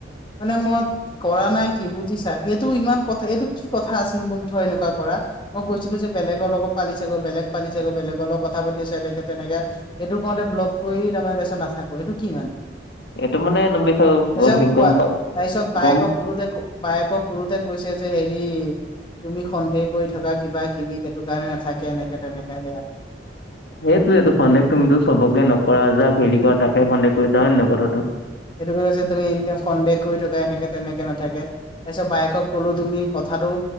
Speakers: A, on the left; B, on the left.
A: মানে মই কৰা নাই কি বুজিছা? সেইটো ইমান কথা এইটো কি কথা আছিল মোক ধৰ এনেকুৱা কৰা। মই কৈছিলো যে, বেলেগৰ লগ পালি চাগৈ বেলেগ পালি চাগৈ, বেলেগৰ লগ কথা আছো এনেকে তেনেকে সেইটো কওঁতে ব্লক কৰি, তাৰমানে তাছত নাথাকো এইটো কি মানে? তাছত
B: এইটো মানে তুমি চাগ গম
A: পোৱা
B: পা
A: তাৰপিছত বায়েক
B: গম
A: সোধোতে ক বায়েকক সোধোতে কৈছে যে হেৰি তুমি সন্দেহ কৰি থকা, কিবা - কিবি সেইটো কাৰণে নাথাকে এনেকা তেনেকা সেয়া।
B: সেইটোয়েটো, সন্দেহ তুমিতো চবকে নকৰা যাক হেৰি কৰা, তাকে সন্দেহ কৰিছা হয় নে নহয় কথাটো?
A: সেইটো‌ হৈ কৈছে তুমি ইনাই ফডে কৰি থকা এনেকে তেনেকে নাথাকে। তাৰপিছত বায়েকক কলো তুমি কথাটো